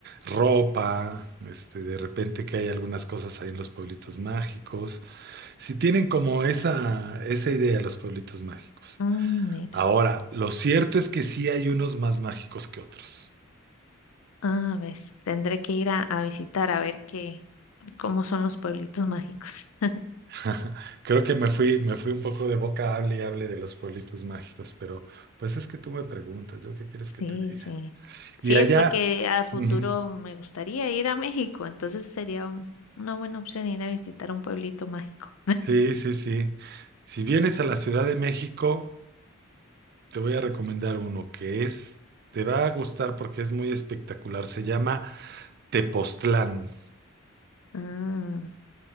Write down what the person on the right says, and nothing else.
ropa, este, de repente que hay algunas cosas ahí en los pueblitos mágicos. Si tienen como esa, esa idea los pueblitos mágicos.
Ahora, lo cierto es que sí hay unos más mágicos que otros.
<laughs> Creo que me fui, me fui un poco de boca, hable y hable de los pueblitos mágicos, pero pues es que tú me preguntas, ¿yo qué quieres
que te diga?
Y allá,
ujú,
sí, sí, sí. Si vienes a la Ciudad de México, te voy a recomendar uno que es, te va a gustar porque es muy espectacular. Se llama Tepoztlán.